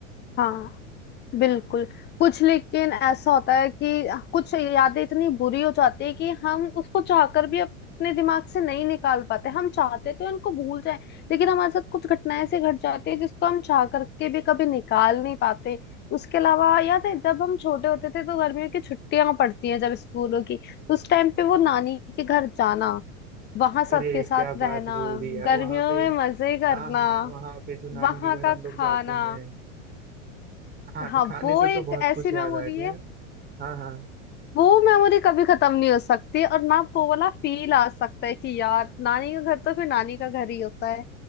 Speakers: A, on the left (about 25°); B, on the right (about 20°).
A: हाँ बिल्कुल कुछ लेकिन ऐसा होता है कि कुछ यादें इतनी बुरी हो जाती है कि हम उसको चाहकर भी अपने दिमाग से नहीं निकाल पाते हम चाहते तो इनको भूल जाए लेकिन हमारे साथ कुछ घटनाएं ऐसी घट जाती है जिसको हम चाह करके भी कभी निकाल नहीं पाते उसके अलावा याद है जब हम छोटे होते थे तो गर्मियों की छुट्टियां पड़ती हैं जब स्कूलों की तो उस टाइम पे वो नानी के घर जाना वहां सबके
B: अरे
A: साथ
B: क्या बात
A: रहना
B: बोल दी यार
A: गर्मियों
B: वहां पे
A: में मजे करना
B: हाँ हाँ वहां पे जो नानी
A: वहां
B: के घर
A: का
B: हम लोग
A: खाना
B: जाते हैं खा,
A: हाँ
B: खाने
A: वो
B: से
A: एक
B: तो बहुत
A: ऐसी
B: कुछ याद
A: मेमोरी
B: आ गया
A: है
B: हाँ हाँ
A: वो मेमोरी कभी खत्म नहीं हो सकती और ना वो वाला फील आ सकता है कि यार नानी का घर तो फिर नानी का घर ही होता है